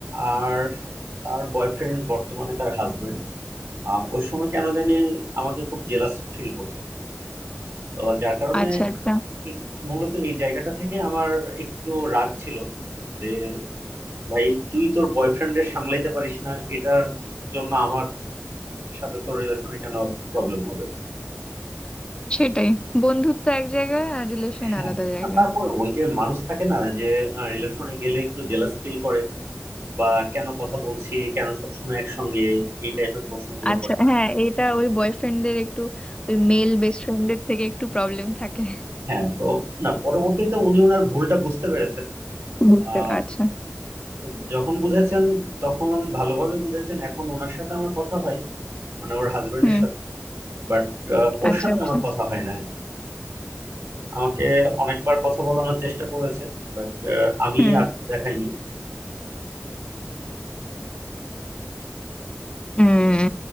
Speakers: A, on the right; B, on the left.
A: আর তার বয়ফ্রেন্ড বর্তমানে তার হাজবেন্ড ওই সময় কেন জানি আমাকে খুব জেলাস ফিল করতো তো যার কারণে
B: আচ্ছা আচ্ছা
A: এই- মূলত এই জায়গাটা থেকে আমার একটু রাগ ছিল যে ভাই তুই তোর বয়ফ্রেন্ডের সামলাইতে পারিস না এটার জন্য আমার সাথে তো রিলেশনে কেন প্রবলেম হবে
B: সেটাই বন্ধুত্ব এক জায়গায় আর রিলেশন
A: হ্যাঁ
B: আলাদা জায়গায়
A: তারপর ওই যে মানুষ থাকে না যে রিলেশনে গেলে একটু জেলাস ফিল করে বা কেন কথা বলছি কেন সবসময় একসঙ্গে এই টাইপের প্রশ্নগুলো
B: আচ্ছা
A: করে
B: হ্যাঁ এটা ওই বয়ফ্রেন্ডদের একটু ওই মেল বেস্ট ফ্রেন্ডদের থেকে একটু প্রবলেম থাকে
A: হ্যাঁ তো না পরবর্তীতে উনি ওনার ভুলটা বুঝতে পেরেছেন
B: বুঝতে
A: আহ
B: আচ্ছা
A: তো যখন বুঝেছেন তখন ভালোভাবে বুঝেছেন এখন ওনার সাথে আমার কথা হয় মানে ওর হাজবেন্ডের
B: হুম
A: সাথে বাট ওর
B: আচ্ছা
A: সাথে
B: আচ্ছা
A: আমার কথা হয় না আর কি আমাকে অনেকবার কথা বলানোর চেষ্টা করেছে বাট আমি
B: হুম
A: আর দেখাইনি
B: হুম